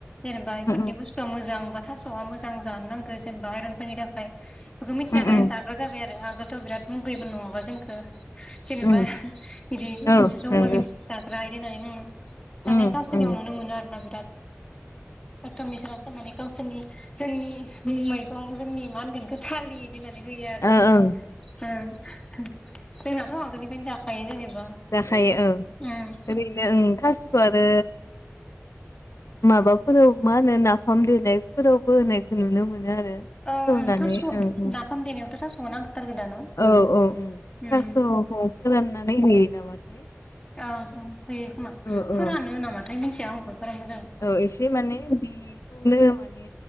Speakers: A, on the left; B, on the left.
A: जेनेबा इफोरदि
B: उम
A: बुस्थुआ मोजां बा थास'आ मोजां जानो नांगौ जेनेबा आइरनफोरनि थाखाय बेखौ मिथिनानै
B: उम उम
A: दनानै जाग्रा जाबाय आरो आगोलथ' बिराद मुगैबो नङाबा जोंखौ जेनेबा
B: उम
A: इदि
B: औ
A: जंगलनि
B: नंगौ
A: बुस्थु जाग्रा इदि होननानै आङो दानिया
B: उम
A: गावसोरनियाव
B: उम उम
A: नुनो मोनो आरो ना बिराद एकदम मिसोरासो माने गावसोरनि जोंनि मैगं जोंनि मा होनगोन थालिर गिनानै होयो आरो
B: ओ
A: ओं
B: ओं
A: जोंनाथ' आगोलनिफ्रायनो जाखायो जेनेबा
B: जाखायो औ
A: उम
B: ओरैनो ओ थास आरो माबाफोराव मा होनो नाफाम देनायफोरावबो होनायखौ नुनो मोनो। आरो थास'
A: ओं
B: होनानै
A: ओं थास'
B: उम उम
A: नाफाम देनायावथ' थास' नांखाथारगो दा न'?
B: औ औ औ
A: उम
B: थास फोराननानै होयो नामाथाय
A: औ होयो खोमा
B: औ औ
A: फोरानो होनामाथाय मिथिया आंबो बारा मोजां
B: औ एसे माने बि खौनो माने